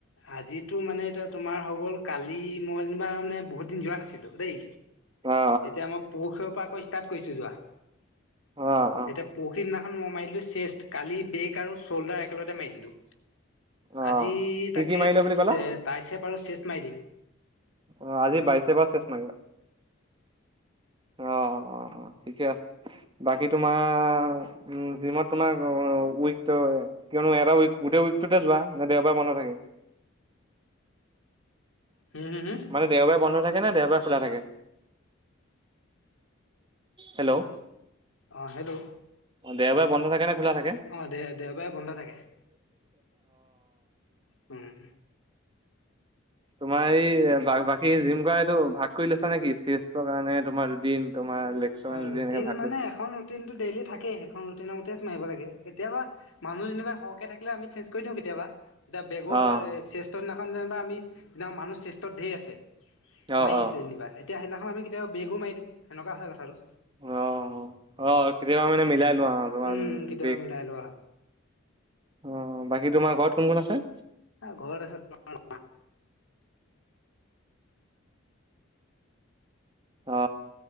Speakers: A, on the left; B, on the right.
A: আজিতো মানে এতিয়া তোমাৰ হৈ গ'ল কালি মই যেনিবা মানে বহুত দিন যোৱা নাছিল ছিলো দেই
B: অ অ
A: এতিয়া মই পুৰখিৰৰ পৰা আকৌ ষ্টাৰ্ট কৰিছো যোৱা।
B: অ অ
A: এতিযা পৰখী দিনাখন খন মই মাৰিলোঁ চেষ্ট কালি বেক আৰু শ'ল্ডাৰ একেলগতে মাৰি দিলোঁ
B: অ
A: আজি
B: কি
A: তাকে
B: কি মাৰিলা বুলি ক'লা
A: তাই চেপ আৰু চেচ মাৰি দিম।
B: অ আজি বাইছেপ আৰু চেষ্ট মাৰিবা। অ অ অ ঠিকে আছে বাকী তোমাৰ উ জিমত তোমাৰ অ উইক কিয়নো এটা উইক গোটেই উইকটোতে যোৱা নে দেওবাৰে বন্ধ থাকে।
A: হুম হুম হুম।
B: মানে দেওবাৰে বন্ধ থাক সেনে নাই দেওবাৰে খোলা থাকে হেল্ল'
A: অ' হেল্ল'
B: অ দেওবাৰে বন্ধ থাকে নে খোলা থাকে?
A: অ' দে দেওবাৰে বন্ধ থাকে উম,
B: তোমাৰ এই বাকী জিম কৰা এইটো ভাগ কৰি লৈছা নেকি, শ্ৰীষ্টৰ কাৰণে তোমাৰ দুদিন। তোমাৰ লেগছৰ কাৰণে
A: ত
B: দুদিন
A: ৰুটিন
B: এনেকে ভাগ
A: মানে
B: কৰি
A: এখন ৰুটিন টো ডেইলি থাকেই। ৰুট নতেই মাৰিব লাগে কেতিয়াবা মানুহ যেনিবা সহকে থাকিলে আমি চেনজ কৰি দিওঁ কেতিয়াবা, এতিয়া বেগৰ
B: অ
A: শ্ৰেষ্ঠৰ দিনাখন যেনিবা আমি মানুহ শ্ৰেষ্ঠত ধেৰ আছে।
B: অ
A: মাৰি
B: অ
A: আছে যেনিবা এতিয়া সেইদিনাখন আমি কেতিয়াবা বেগো মাৰি দিওঁ সেনেকুৱা হয় কথাটো,
B: অ' অ' কেতিয়াবা মানে মিলাই লোৱা আৰু তোমাৰ
A: উম, কেতিয়াবা
B: বেগ
A: মিলাই লোৱা।
B: অ' বাকী তোমাৰ ঘৰত কোন কোন আছে
A: ঘৰত আছে তোমাৰ
B: অ,